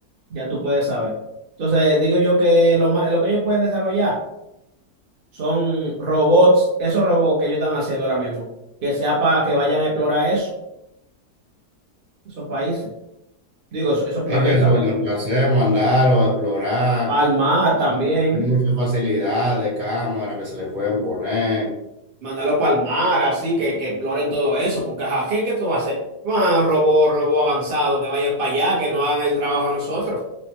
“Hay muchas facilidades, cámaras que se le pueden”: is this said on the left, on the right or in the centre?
Right